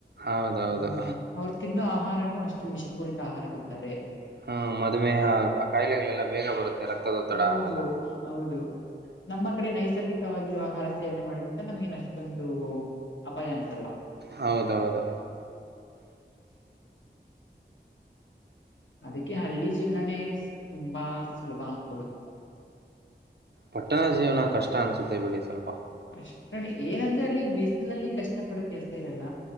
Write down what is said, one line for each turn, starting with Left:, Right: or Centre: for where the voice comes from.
Right: ಹೌದೌದು
Left: ಹ್ಮ್ ಅವ್ರು ತಿನ್ನೋ ಆಹಾರನು ಅಷ್ಟು ವಿಶಿ ಹುರಿತ ಆ ಹಾರ ತಿದ್ದಾರೆ
Right: ಹ್ಮ ಮದಮೆಹ ಕಾಯಿಲೆಗಳೆಲ್ಲ ಬೇಗ ಬರುತ್ತೆ ರಕ್ತದೊತ್ತಡ
Left: ಹೌದು
Right: ಅವೆಲ್ಲ
Left: ಹೌದು ನಮ್ಮ ಕಡೆ ನೈಸರ್ಗಿಕವಾಗಿರುವ ಆಹಾರ ಸೇವನೆ ಮಾಡೋದ್ರಿಂದ ನಮ್ಗೇನ ಅಷ್ಟೊಂದು ಅಪಾಯ ಅನ್ಸಲ್ಲ
Right: ಹೌದೌದು
Left: ಅದಕ್ಕೆ ಹಳ್ಳಿ ಜೀವನನೇ ತುಂಬಾ ಸುಲಭ ಅನ್ಕೋಬೋದು
Right: ಪಟ್ಟಣ ಜೀವನ ಕಷ್ಟ ಅನ್ಸುತ್ತೆ ಬಿಡಿ ಸ್ವಲ್ಪ
Left: ಕಷ್ಟ ಏನಂದ್ರೆ ಅಲ್ಲಿ ಬಿಸಿಲ್ನಲ್ಲಿ ಕಷ್ಟ ಪಡೋ ಕೆಲ್ಸ ಇರಲ್ಲ